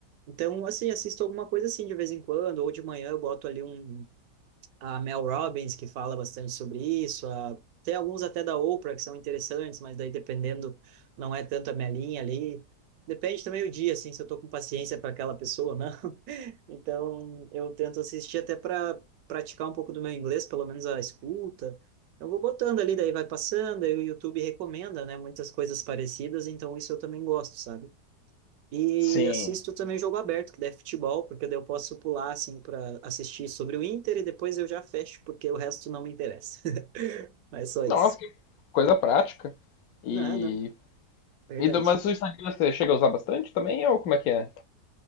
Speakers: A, on the right (about 70°); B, on the left (about 70°).
A: Então, assim, assisto alguma coisa assim de vez em quando, ou de manhã eu boto ali um, a Mel Robbins, que fala bastante sobre isso, a, tem alguns até da Oprah que são interessantes, mas daí dependendo, não é tanto a minha linha ali. Depende também o dia, assim, se eu tô com paciência para aquela pessoa ou não. <laughs> Então, eu tento assistir até para praticar um pouco do meu inglês, pelo menos a escuta. Eu vou botando ali, daí vai passando, aí o YouTube recomenda, né, muitas coisas parecidas, então isso eu também gosto, sabe? E
B: Sim.
A: assisto também jogo aberto, que daí é futebol, porque daí eu posso pular, assim, para assistir sobre o Inter e depois eu já fecho, porque o resto não me interessa. <laughs> Mas só isso.
B: Nossa, que coisa prática. E
A: Não, não, verdade.
B: E do- mas o Instagram você chega a usar bastante também, ou como é que é?